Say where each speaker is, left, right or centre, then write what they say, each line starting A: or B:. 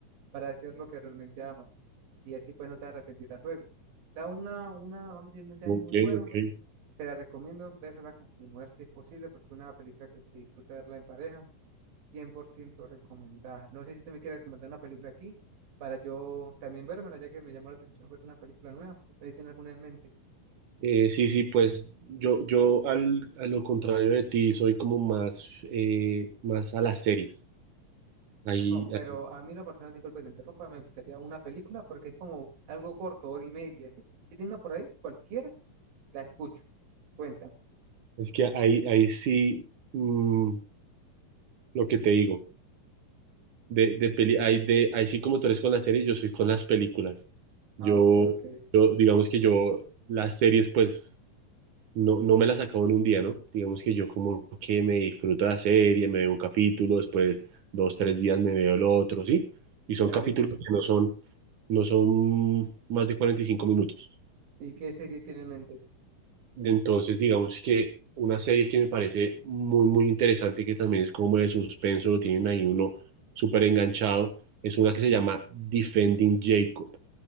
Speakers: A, on the right; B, on the right.
A: para hacer lo que realmente amas. Y así pues no te arrepentirás luego. Da una, una, vamos a decir, un mensaje
B: Ok,
A: muy bueno.
B: ok.
A: Se la recomiendo, véasela con tu mujer si es posible, porque es una película que se disfruta verla en pareja, 100% recomendada. No sé si usted me quiere recomendar una película aquí para yo también vérmela, ya que me llamó la atención ver una película nueva. ¿Usted tiene alguna en mente?
B: Eh, sí, sí, pues yo, yo al, a lo contrario de ti soy como más, eh, más a las series. Ahí,
A: No, pero
B: ahí-
A: a mí lo personal, disculpe que te interrumpa, me gustaría una película porque es como algo corto, hora y media, ¿sí? Si tiene una por ahí, cualquiera, la escucho. Cuéntame.
B: es que ahí, ahí sí, mm, lo que te digo, de, de peli, ahí, de, ahí sí como tú eres con las series, yo soy con las películas. Yo,
A: Ah, ok, ok.
B: yo digamos que yo las series pues no, no me las acabo en un día, ¿no? Digamos que yo como que me disfruto la serie, me veo un capítulo, después dos, tres días me veo el otro, ¿sí? Y son
A: Dale,
B: capítulos que no son no son más de 45 minutos.
A: ¿y y qué serie tiene en mente?
B: Entonces, digamos que una serie que me parece muy, muy interesante, que también es como de suspenso, lo tienen ahí uno súper enganchado, es una que se llama Defending Jacob.